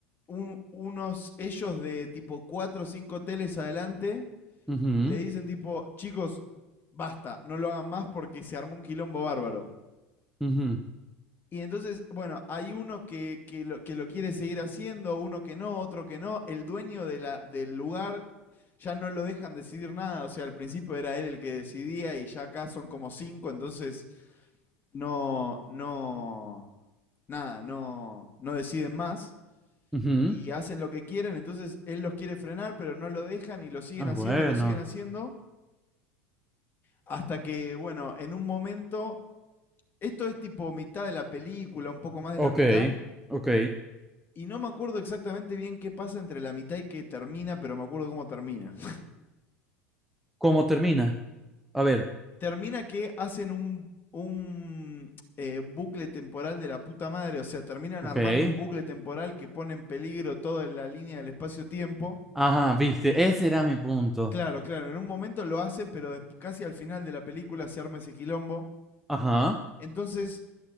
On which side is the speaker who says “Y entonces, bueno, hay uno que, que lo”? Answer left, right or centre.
Left